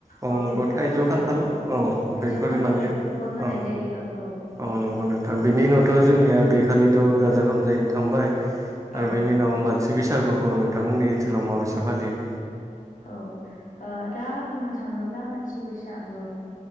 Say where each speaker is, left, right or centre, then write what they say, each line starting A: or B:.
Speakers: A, on the right; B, on the left.
A: औ
B: अ
A: नंगौ
B: बेफोरखौ
A: थाइजौ
B: जोङो
A: खान्थाल
B: औ औ थाइजौ
A: बेफोर
B: खान्थाल
A: माने
B: बेफोरखौबो होनाय
A: अ
B: जायो औ
A: औ नंगौ नोंथां बेनि उनावथ‌ जोंनिया बेखालिथ गाजा गोमजायैनो थांबाय आरो
B: औ
A: बेनि उनाव मानसि बैसागुखौ नोंथांमोननि ओनसोलाव माबायसा फालियो
B: औ दा बुंनो थाङोब्ला मानसि बैसागो